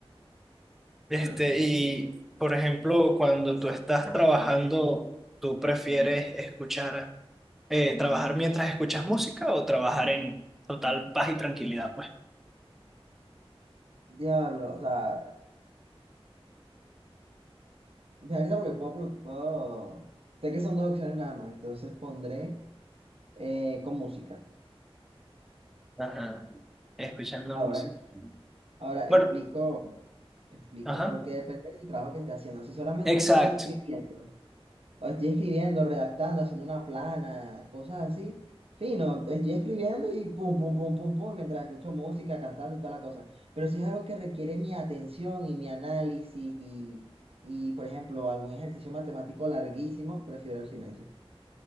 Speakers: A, in the centre; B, on the right.
A: Este,
B: Interesante.
A: y por ejemplo, cuando tú estás trabajando, ¿tú prefieres escuchar, eh, trabajar mientras escuchas música o trabajar en total paz y tranquilidad, pues?
B: Diablo, o sea, me da risa porque puedo, pro- puedo- Sé que son dos opciones nada más, entonces pondré eh, con música.
A: Ajá. Escuchando
B: Ahora,
A: música.
B: ahora
A: Bueno,
B: explico, explico,
A: ajá.
B: porque depende del trabajo que esté haciendo. Si solamente
A: Exacto,
B: estoy escribiendo, o estoy escribiendo, redactando, haciendo una plana, cosas así, fino, estoy escribiendo y pum, pum, pum, pum, pum, mientras escucho música, cantando y toda la cosa. Pero si es algo que requiere mi atención y mi análisis y, y por ejemplo, algún ejercicio matemático larguísimo, prefiero el silencio.